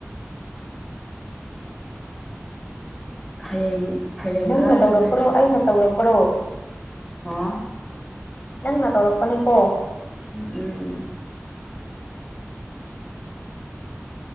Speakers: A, in the centre; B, on the left.
A: ꯍꯌꯦꯡ ꯍꯌꯦꯡ
B: ꯅꯪꯅ
A: ꯀꯔꯥꯏ
B: ꯇꯧꯔꯛꯄ꯭ꯔꯣ
A: ꯆꯠꯗꯣꯏꯅꯣ
B: ꯑꯩꯅ ꯇꯧꯔꯛꯄ꯭ꯔꯣ
A: ꯑꫭ
B: ꯅꯪꯅ ꯀꯧꯔꯛꯄꯅꯦꯀꯣ
A: ꯎꯝ